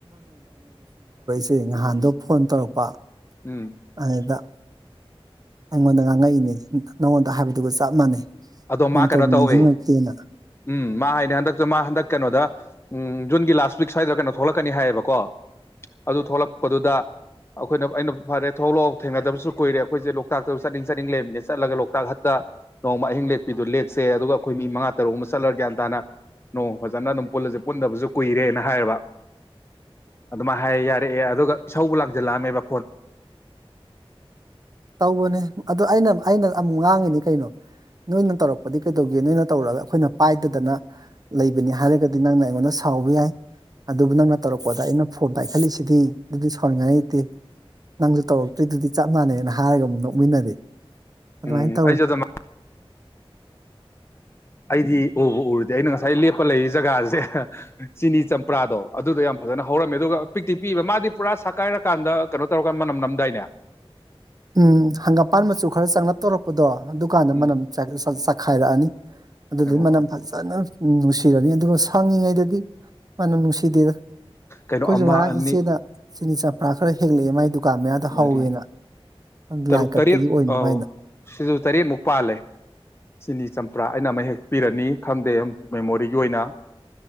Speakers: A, on the right (about 40°); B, on the left (about 25°).
A: ꯑ ꯉꯍꯥꯟꯗꯣ ꯐꯣꯟ ꯇꯧꯔꯛꯄ
B: ꯎꯝ
A: ꯑꯗꯗ ꯑꯩꯉꯣꯟꯗ ꯉꯥꯡꯉꯛꯏꯅꯦ ꯅꯉꯣꯟꯗ ꯍꯥꯏꯕꯗꯨꯒ ꯆꯞ ꯃꯥꯟꯅꯩ
B: ꯑꯗꯣ
A: ꯅꯣꯡꯇꯥꯕꯨ
B: ꯃꯥ ꯀꯩꯅꯣ
A: ꯅꯤꯡꯁꯤꯡꯉꯛꯇꯦꯅ
B: ꯇꯧꯋꯦ ꯎꯝ ꯃꯥ ꯍꯥꯏꯅꯤ ꯍꯟꯗꯛꯇꯁꯨ ꯃꯥ ꯍꯟꯗꯛ ꯀꯩꯅꯣꯗ ꯎꯝ ꯖꯨꯟꯒꯤ ꯂꯥꯁ ꯋꯤꯛ ꯁ꯭ꯋꯥꯏꯗ꯭ꯔ ꯀꯩꯅꯣ ꯊꯣꯛꯂꯛꯀꯅꯤ ꯍꯥꯏꯌꯦꯕꯀꯣ ꯑꯗꯨ ꯊꯣꯛꯂꯛꯄꯗꯨꯗ ꯑꯩꯈꯣꯏꯅ ꯑꯩꯅ ꯐꯔꯦ ꯊꯣꯛꯂꯛꯑꯣ ꯊꯦꯡꯅꯗꯕꯁꯨ ꯀꯨꯏꯔꯦ ꯑꯩꯈꯣꯏꯁꯦ ꯂꯣꯛꯇꯥꯛꯇ ꯆꯠꯅꯤꯡ ꯆꯠꯅꯤꯡ ꯂꯩꯃꯤꯅ ꯆꯠꯂꯒ ꯂꯣꯛꯇꯥꯛ ꯍꯠꯇ ꯅꯣꯡꯃ ꯑꯍꯤꯡ ꯂꯩ ꯑꯗꯨ ꯂꯦꯛꯁꯦ ꯑꯗꯨꯒ ꯑꯩꯈꯣꯏ ꯃꯤ ꯃꯉꯥ ꯇꯔꯨꯛ ꯑꯃ ꯆꯠꯂ ꯒ꯭ꯌꯥꯟ ꯇꯥꯅ ꯅꯣꯡ ꯐꯖꯅ ꯑꯗꯨꯝ ꯄꯨꯜꯂꯁ ꯄꯨꯟꯗꯕꯁꯨ ꯀꯨꯏꯔꯦꯅ ꯍꯥꯏꯔꯕ ꯑꯗꯨꯃꯥꯏꯅ ꯍꯥꯏ ꯌꯥꯔꯛꯑꯦ ꯑꯗꯨꯒ ꯏꯁꯧꯕ ꯂꯥꯡꯁꯤꯜꯂꯛꯑꯝꯃꯦꯕ
A: ꯇꯧꯕꯅꯦ ꯑꯗꯨ ꯑꯩꯅ ꯑꯩꯅ ꯑꯃꯨꯛ ꯉꯥꯡꯉꯤ ꯀꯩꯅꯣ ꯅꯣꯏꯅ ꯇꯧꯔꯛꯄꯗꯤ ꯀꯩꯗꯧꯒꯦ ꯅꯣꯏꯅ ꯇꯧꯔꯛꯑꯒ ꯑꯩꯈꯣꯏꯅ ꯄꯥꯏꯗꯗꯅ ꯂꯩꯕꯅꯤ ꯍꯥꯏꯔꯒꯗꯤ ꯅꯪꯅ ꯑꯩꯉꯣꯟꯗ ꯁꯥꯎꯕ ꯌꯥꯏ ꯑꯗꯨꯕꯨ ꯅꯪꯅ ꯇꯧꯔꯛꯄꯗ ꯑꯩꯅ ꯐꯣꯟꯝꯗ ꯄꯥꯏꯈꯠꯂꯤꯁꯤꯗꯤ ꯑꯗꯨꯗꯤ ꯁꯥꯎꯅꯤꯡꯉꯥꯏ ꯂꯩꯇꯦ ꯅꯪꯁꯨ ꯇꯧꯔꯛꯇ꯭ꯔꯤꯗꯨꯗꯤ ꯆꯞ ꯃꯥꯟꯅꯅ ꯍꯥꯏꯔꯒ ꯑꯃꯨꯛ ꯅꯣꯛꯃꯤꯟꯅꯔꯤ ꯑꯗꯨꯃꯥꯏꯅ
B: ꯎꯝ
A: ꯇꯧꯋꯤ
B: ꯑꯩꯁꯨ ꯑꯗꯨꯝ ꯑꯩꯗꯤ ꯎ ꯎꯔꯗꯤ ꯑꯩꯅ ꯉꯁꯥꯏ ꯂꯦꯞꯄ ꯂꯩꯔꯤ ꯖꯒꯥ ꯥꯖꯁꯦ ꯆꯤꯅꯤ ꯆꯝꯄ꯭ꯔꯥꯗꯣ ꯑꯗꯨꯗꯣ ꯌꯥꯝ ꯐꯖꯅ ꯍꯧꯔꯝꯃꯦ ꯑꯗꯨꯒ ꯄꯤꯛꯇꯤ ꯄꯤꯕ ꯃꯥꯗꯤ ꯄꯨꯔꯥ ꯁꯛꯀꯥꯏꯔꯀꯥꯟꯗ ꯀꯩꯅꯣ ꯇꯧꯔꯒꯥꯟ ꯃꯅꯝ ꯅꯝꯗꯥꯏꯅꯦ
A: ꯎꯝ ꯍꯪꯒꯥꯝꯄꯥꯟ ꯃꯆꯨ ꯈꯔ ꯆꯪꯂꯞ ꯇꯧꯔꯛꯄꯗꯣ ꯑꯗꯨꯀꯥꯟꯗ
B: ꯎꯝ
A: ꯃꯅꯝ ꯆꯥꯏ ꯈꯥꯏꯂꯛꯑꯅꯤ ꯑꯗꯨꯗꯤ
B: ꯀꯩꯅꯣ
A: ꯃꯅꯝ ꯐꯖꯅ ꯎꯝ ꯅꯨꯡꯁꯤꯔꯅꯤ ꯑꯗꯨꯒ ꯁꯥꯡꯉꯤꯉꯩꯗꯗꯤ ꯃꯥꯅ ꯅꯨꯡꯁꯤꯗꯦꯗ ꯑꯩꯈꯣꯏꯁꯨ
B: ꯀꯩꯅꯣ ꯑꯃ
A: ꯉꯔꯥꯡ
B: ꯑꯅꯤ
A: ꯏꯆꯦꯅ ꯆꯤꯅꯤ ꯆꯝ ꯑꯥ ꯈꯔ ꯍꯦꯜꯂꯛꯑꯦ ꯃꯗꯣ ꯗꯨꯀꯥꯟ ꯃꯌꯥꯗ ꯍꯧꯋꯦꯅ
B: ꯃꯔꯤ
A: ꯂꯥꯏ
B: ꯇꯔꯨꯛ
A: ꯀꯠꯄꯒꯤ
B: ꯇꯔꯦꯠ
A: ꯑꯣꯏꯅꯕ
B: ꯑꯥꯎ
A: ꯍꯥꯏꯅ
B: ꯁꯤꯁꯨ ꯇꯔꯦꯠꯃꯨꯛ ꯄꯥꯜꯂꯦ ꯆꯤꯅꯤ ꯆꯝ ꯄꯔꯥ ꯑꯩꯅ ꯑꯃ ꯍꯦꯛ ꯄꯤꯔꯅꯤ ꯈꯪꯗꯦ ꯃꯦꯃꯣꯔꯤꯒꯤ ꯑꯣꯏꯅ